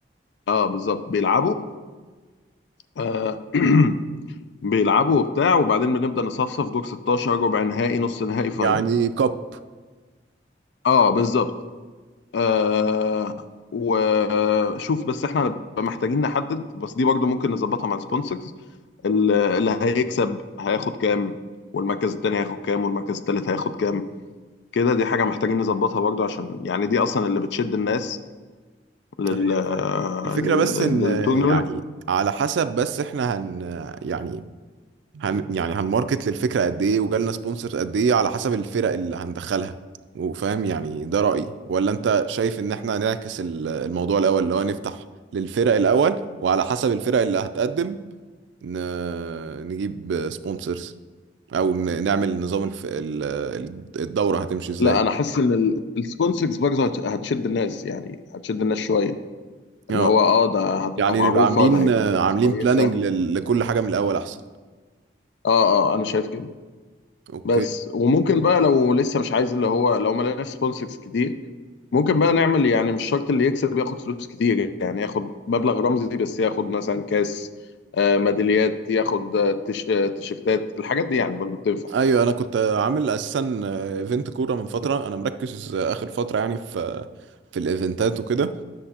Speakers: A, on the left (about 75°); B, on the right (about 80°).
A: اه بالظبط بيلعبوا آه <clears throat> بيلعبوا وبتاع وبعدين بنبدا نصفصف دور 16 ربع نهائي نص نهائي فاينل
B: يعني كاب
A: اه بالظبط آه وشوف بس احنا هنبقى محتاجين نحدد بس دي برضو ممكن نظبطها مع السبونسرز ال- اللي هيكسب هياخد كام والمركز التاني هياخد كام والمركز التالت هياخد كام كده دي حاجة محتاجين نظبطها برضو عشان يعني دي أصلا اللي بتشد الناس لل
B: فاهم.
A: آه،
B: الفكرة
A: لل
B: بس ان
A: للتورنمنت
B: يعني على حسب بس احنا هن يعني هن يعني هنماركت للفكرة قد ايه وجالنا سبونسرز قد ايه على حسب الفرق اللي هندخلها وفاهم يعني ده رأيي ولا انت شايف ان احنا نعكس ال- الموضوع الاول اللي هو نفتح للفرق الاول وعلى حسب الفرق اللي هتقدم ن... نجيب سبونسرز او ن... نعمل نظام الف... ال- ال- الدورة هتمشي ازاي
A: لا أنا حاسس إن السبونسرز برضو هت- هتشد الناس يعني هتشد الناس شوية
B: اه
A: اللي هو اه ده هتبقى
B: يعني
A: معروفة
B: نبقى عاملين
A: ده هيبقى فيها
B: عاملين
A: ناس كويسة
B: بلاننج لكل حاجة من الاول احسن
A: اه اه أنا شايف كده
B: اوكي
A: بس وممكن بقى لو لسه مش عايز اللي هو لو ما لقاش سبونسرز كتير ممكن بقى نعمل يعني مش شرط اللي يكسب ياخد فلوس كتير يعني ياخد مبلغ رمزي بس ياخد مثلا كاس آه، ميداليات ياخد آه، تيش- آه، تيشيرتات الحاجات دي يعني برضو بتنفع
B: ايوه انا كنت عامل اساسا ايفنت كوره من فتره انا مركز اخر فتره يعني في في الايفنتات وكده